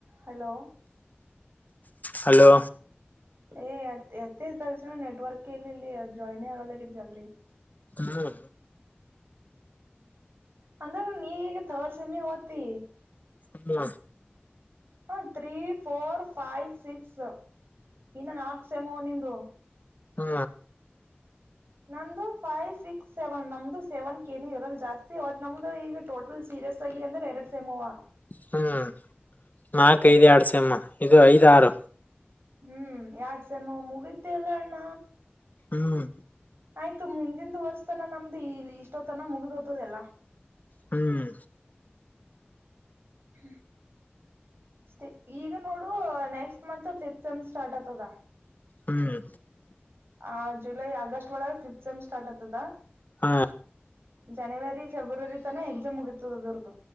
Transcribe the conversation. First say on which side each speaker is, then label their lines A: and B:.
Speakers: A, on the right; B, on the left.
A: Hello
B: hello
A: ಏ ಎತ್ತ ತಕ್ಷಕ್ಷಣ ನೆಟ್ವರ್ಕ್ ಎಲ್ಲಿ ಇಲ್ಲಿ ಜಾಯಿನ್ ಆಗ ಜಲ್ದಿ
B: ಹ್ಮ ಹ
A: ಅಂದ್ರೆ ನೀಗ ತರ್ ಸಮಿ ಓ್ತಿ
B: ಹ್ಮ
A: ಹ ತ್ರೀ ಫೋರ್ ಫೈವ್ ಸಿಕ್ಸ್ ಇನ್ನ ನಾಕ್ಸೆಮೋ ನಿಂದು
B: ಹ್ಮ
A: ನಮ್ದು ಫೈವ್ ಸಿಕ್ಸ್ ಸೆವೆನ್ ನಮ್ದು ಸೆವೆನ್ ಕಏನು ಇರಲ್ ಜಾಸ್ತಿ ಬಟ್ ನಮ್ದು ಈಗ ಟೋಟಲ್ ಸಿ ಇರಸ್ಯ್ಯ ಅಂದೆರಡ್ ಸೆಮೋವಾ
B: ಹ್ಮ್ ನಾಕ್ ಐದ್ ಎಡ್ಸಮ್ಮ ಇದು ಐದ್ ಆರುು
A: ಹ್ಮ್ ಯಡ್ಸ ನ ಮುಗಿದ್ದೆಲ್ಲ ಅಣ್ಣ
B: ಹ್ಮ್
A: ಆಯ್ತು ಮುಂದಿಂದ ವರ್ಸ್ತನ ನಮ್ದು ಇಲ್ಲಿ ಇಷ್ಟೋತನ ಮುಗ್ದ್ ಹತದೆಲ್ಲಾ
B: ಹ್ಮ್
A: ಹ್ಮ ಅಷ್ಟೇ ಈಗ ನೋಡು ನೆಕ್ಸ್ಟ್ ಮಂತ್ ಫಿಫತ್ ಸತ್ ಸ್ಟಾರ್ಟ್ ಆತದ
B: ಹ್ಮ್
A: ಆ ಜುಲೈ ಆಗಸ್ಟ್ ಒಳಗೆ ಫಿಫತ್ ಸೆಮ್ ಸ್ಟಾರ್ಟ್ ಆತದಾ
B: ಹಾ
A: ಜನವರಿ ಫೆಬ್ರವರಿ ತನ ಎಕ್ಸಾಮ್ ಮುಗತದ ಅದ್ರದ್ದು